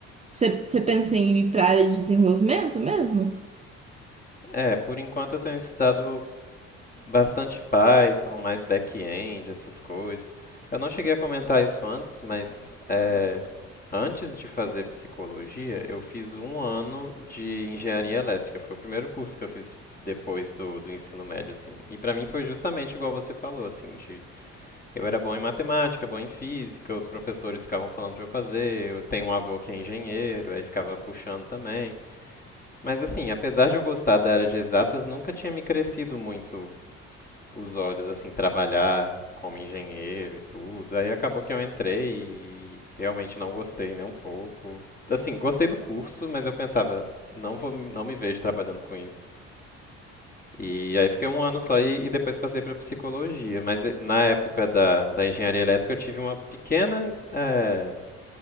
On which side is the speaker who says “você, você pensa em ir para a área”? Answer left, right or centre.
Right